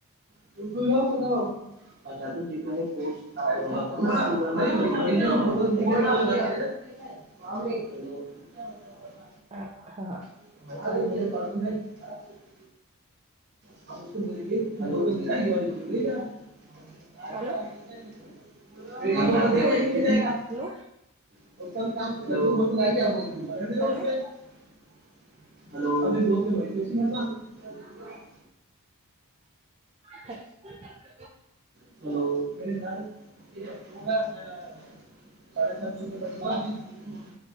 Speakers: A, on the right (about 50°); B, on the right (about 25°).
A: <unintelligible> हलो!
B: हा <unintelligible>
A: <inaudible> <unintelligible> <unintelligible>
B: हलो हलो!
A: <unintelligible>
B: हलो
A: हलो!
B: <unintelligible>
A: हलो! साढ सात रुप प <unintelligible>